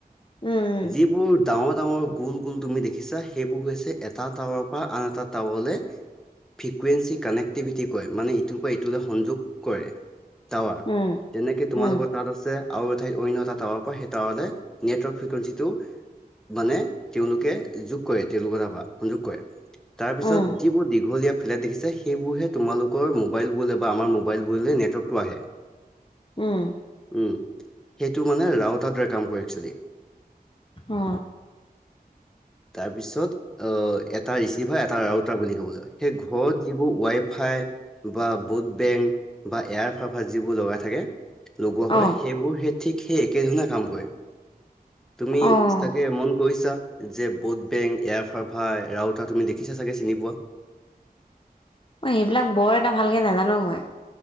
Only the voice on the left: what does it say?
উম,
উম,
উম,
উম,
উম।
অ।
অ',
অ',
অ এইবিলাক বৰ এটা ভালকে নাজানো মই।